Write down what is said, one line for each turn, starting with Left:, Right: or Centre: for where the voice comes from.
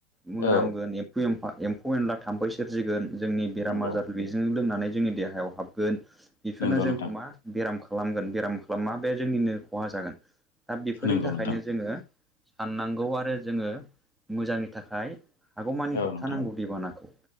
Centre: मोनामगोन
Left: औ
Centre: एम एम्फौ एनला थाम्फै सोरजिगोन जोंनि बेराम
Left: नंगौ
Centre: आजारनि बेजों लोंनानै जोंनि देहायाव हाबगोन बेफोरनो
Left: नंगौ
Centre: जोंखौ
Left: नोंथां
Centre: मा बेराम खालामगोन बेराम खालामा बे जोंनिनो खहा जागोन दा बेफोरनि
Left: नंगौ
Centre: थाखायनो
Left: नोंथां
Centre: जोङो साननांगौ आरो जोङो मोजांनि थाखाय हागौमानि
Left: औ
Centre: होबथानांगौ
Left: नोंथां
Centre: दैबानाखौ